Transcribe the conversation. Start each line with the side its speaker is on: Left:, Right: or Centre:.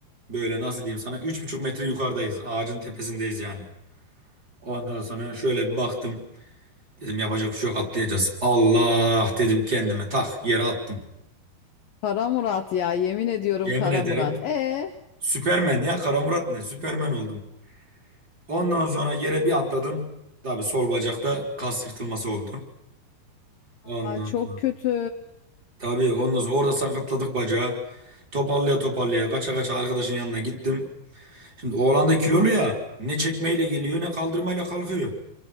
Right: Böyle nasıl diyeyim sana üç buçuk metre yukarıdayız. Ağacın tepesindeyiz yani. Ondan sonra şöyle bir baktım. Dedim yapacak bir şey yok atlayacağız. Allah dedim kendime tak yere attım.
Left: Kara Murat ya yemin ediyorum
Right: Yemin
Left: Kara
Right: ederim
Left: Murat. E?
Right: Süpermen ya Kara Murat ne Süpermen oldum. Ondan sonra yere bir atladım. Tabii sol bacakta kas yırtılması oldu. Ondan
Left: Aa çok
Right: sonra.
Left: kötü.
Right: Tabii ondan sonra orada sakatladık bacağı. Toparlaya toparlaya kaça kaça arkadaşın yanına gittim. Şimdi oğlan da kilolu ya. Ne çekmeyle geliyor ne kaldırmayla kalkıyor.